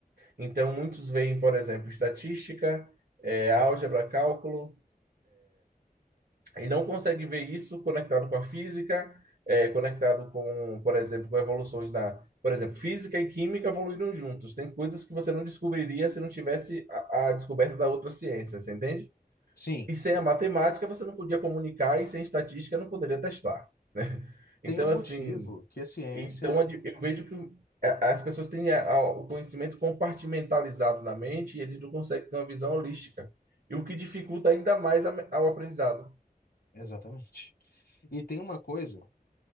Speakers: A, on the right (about 65°); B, on the left (about 75°).
A: Então, muitos veem, por exemplo, estatística, eh, álgebra, cálculo e não consegue ver isso conectado com a física, é, conectado com, por exemplo, com evoluções da, por exemplo, física e química evoluíram juntos. Tem coisas que você não descobriria se não tivesse a, a descoberta da outra ciência, você entende?
B: Sim,
A: E sem a matemática você não podia comunicar e sem estatística não poderia testar, né? Então
B: Tem um motivo
A: assim,
B: que a ciência.
A: então a de- eu vejo que o- a- as pessoas têm a- a- o conhecimento compartimentalizado na mente e eles não conseguem ter uma visão holística. E o que dificulta ainda mais a me- ao aprendizado.
B: Exatamente. E tem uma coisa,